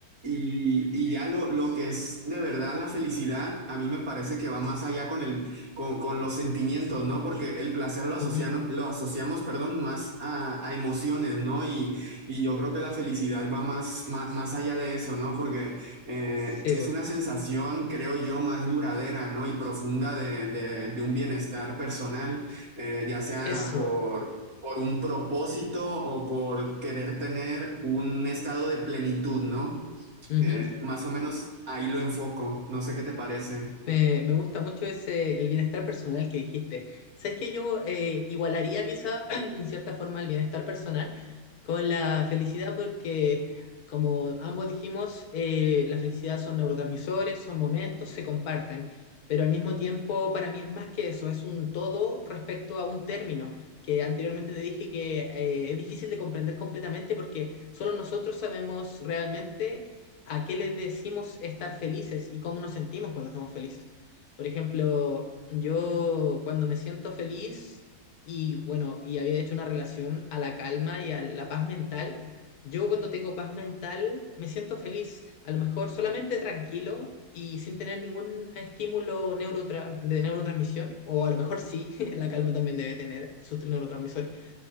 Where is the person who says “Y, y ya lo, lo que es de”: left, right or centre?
Right